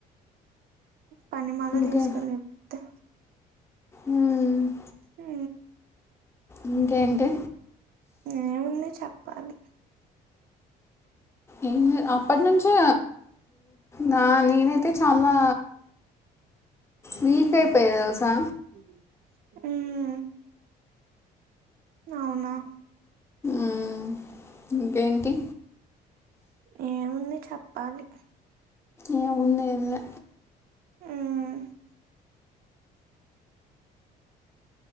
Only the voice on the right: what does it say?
పని మళ
తీసుకలేతే
ఉ
ఏముంది చెప్పాలి
ఉమ్ అవునా
ఏముంది చెప్పాలి
ఉమ్